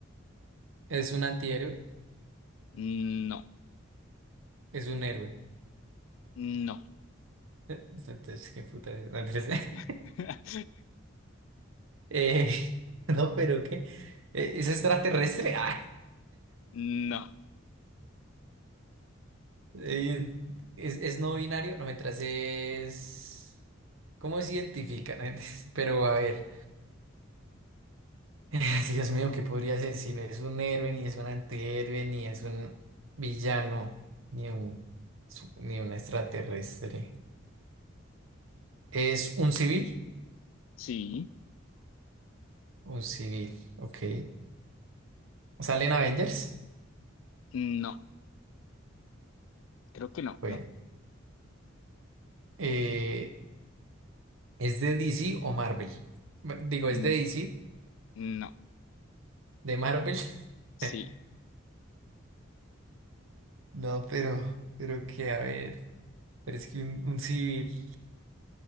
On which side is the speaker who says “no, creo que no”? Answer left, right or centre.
Left